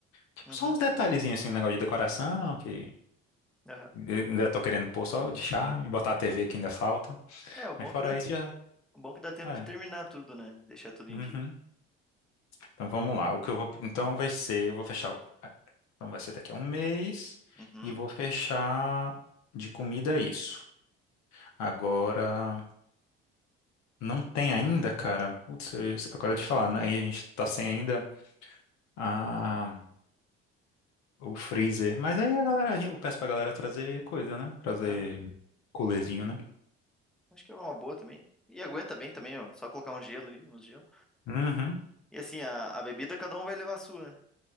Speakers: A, on the left; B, in the centre.
A: Tipo,
B: Uhum.
A: só uns detalhezinhos assim, um negócio de decoração, que
B: Aham.
A: eu ainda tô querendo pôr só de charme, botar a TV que ainda falta.
B: É, o bom
A: Mas fora
B: é que dá...
A: isso, já.
B: o bom é que dá tempo
A: É.
B: de terminar tudo, né? Deixar tudo
A: Uhum.
B: em dia.
A: Então vamos lá. O que eu vou. Então vai ser. Eu vou fechar. o- é, Então vai ser daqui a um mês.
B: Uhum.
A: E vou fechar de comida isso. Agora. Não tem ainda, cara. Putz, eu- agora eu te falar, né? Aí A gente tá sem ainda a, o freezer. Mas aí a galera,
B: Ah, sim.
A: eu peço pra galera trazer coisa, né? Trazer
B: Aham.
A: coolerzinho, né?
B: Acho que é uma boa também. E aguenta bem também, ó. Só colocar um gelo ali, uns gelo.
A: Uhum.
B: E assim, a, a bebida cada um vai levar a sua, né?